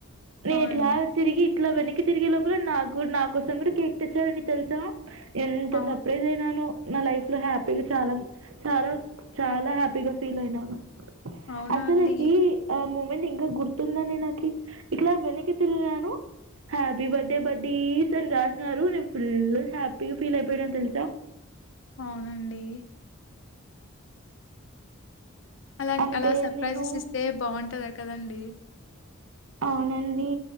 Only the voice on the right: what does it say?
నేను
ఇట్లా తిరిగి ఇట్లా వెనక్కి తిరిగే లోపల నాకు నా కోసం కూడా కేక్ తెచ్చారండి తెలుసా ఎంత
సర్ప్రైజ్ అయిననో నా లైఫ్ లో హ్యాపీగా చాల చాలా చాలా హ్యాపీగా ఫీల్ అయినాను
అసలకి
<unintelligible> ఇంకా గుర్తుందండి నాకు ఇట్లా వెనకి తిరిగినను హ్యాపీ బర్త్డే బడ్డీస్ అని రాసిన్నారు నేను ఫుల్ హ్యాపీగా ఫీల్ అయిపోయినాను తెలుసా
అంతే
నేను
అ వునండి